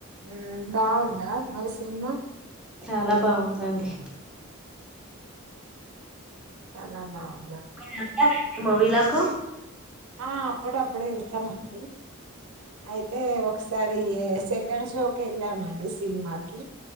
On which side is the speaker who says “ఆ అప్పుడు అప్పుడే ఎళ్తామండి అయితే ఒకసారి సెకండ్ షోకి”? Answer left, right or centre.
Right